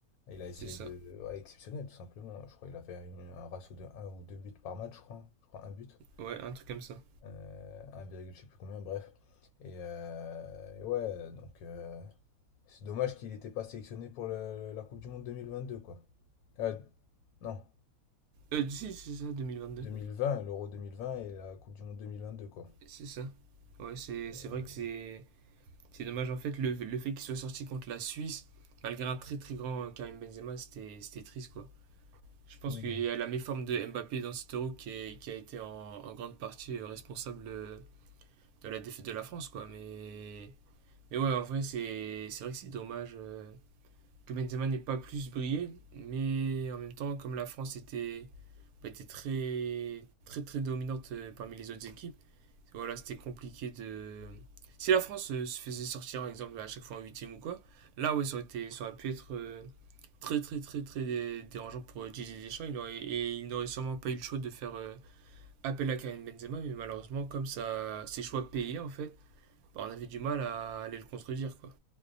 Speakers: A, on the left; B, on the right.
A: Il a essayé
B: c'est ça.
A: de. ouais, exceptionnel, tout simplement. Je crois qu'il a fait une- un ratio de un ou 2 buts par match, je crois. Je crois un but.
B: Ouais, un truc comme ça.
A: Euh, 1, virgule je sais plus combien, bref. Et, euh, et ouais, donc euh, c'est dommage qu'il n'était pas sélectionné pour le- la Coupe du Monde 2022, quoi. Euh, non,
B: Euh, si, c'est ça, 2022.
A: 2020, l'Euro 2020 et la Coupe du Monde 2022, quoi.
B: C'est ça. Ouais, c'est
A: Euh,
B: c'est vrai que c'est c'est dommage, en fait, le, le fait qu'il soit sorti contre la Suisse, malgré un très très grand euh, Karim Benzema, c'était c'était triste, quoi. Je pense
A: Mhm.
B: qu'il y a la méforme de Mbappé dans cet euro qui, est- qui a été en, en grande partie euh, responsable euh, de la défaite de la France, quoi. Mais Mais ouais, en vrai, c'est c'est vrai que c'est dommage euh, que Benzema n'ait pas plus brillé, mais en même temps, comme la France était, bah, était très, très, très dominante euh, parmi les autres équipes, voilà, c'était compliqué de... Si la France euh, se faisait sortir, par exemple, à chaque fois en huitième ou quoi, là, ouais, ça aurait été, ça aurait pu être euh, très, très, très, très dé- dérangeant pour euh, Didier Deschamps, il aurait, et il n'aurait sûrement pas eu le choix de faire euh, appel à Karim Benzema, mais malheureusement, comme ça, ses choix payaient, en fait, bah, on avait du mal à aller le contredire, quoi.